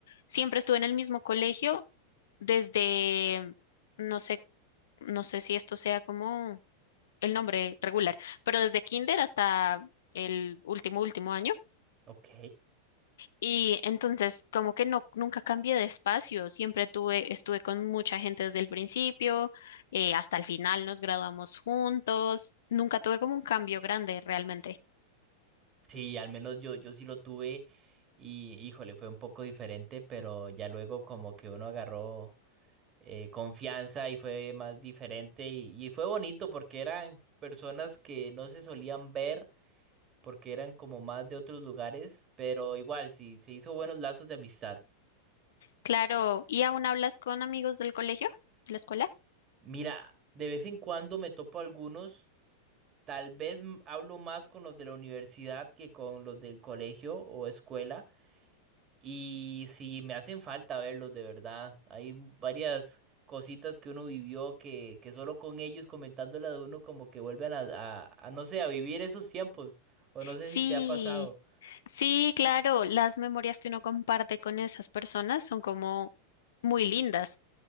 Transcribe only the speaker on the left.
siempre estuve en el mismo colegio desde, no sé, no sé si esto sea como el nombre regular, pero desde kinder hasta el último, último año.
Y entonces, como que no, nunca cambié de espacio, siempre tuve, estuve con mucha gente desde el principio, eh, hasta el final nos graduamos juntos, nunca tuve como un cambio grande realmente.
Claro, ¿y aún hablas con amigos del colegio, de la escuela?
Sí,
sí, claro, las memorias que uno comparte con esas personas son como muy lindas.